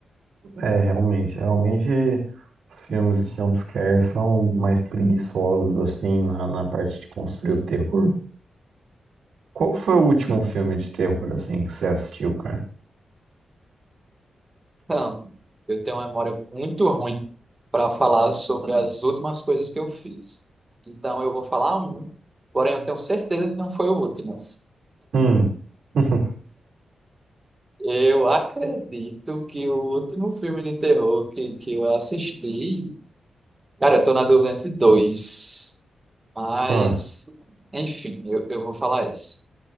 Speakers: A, on the right (about 75°); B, on the right (about 15°).
A: É, realmente, realmente os filmes de jumpscare são mais preguiçosos, assim, na, na parte de construir o terror. Qual que foi o último filme de terror, assim, que você assistiu, cara?
B: Então, eu tenho uma memória muito ruim para falar sobre as últimas coisas que eu fiz. Então, eu vou falar um, porém eu tenho certeza que não foi o último.
A: Hum, <laughs>
B: Eu acredito que o último filme de terror que, que eu assisti. Cara, eu tô na dúvida entre dois. Mas,
A: ah,
B: enfim, eu, eu vou falar isso.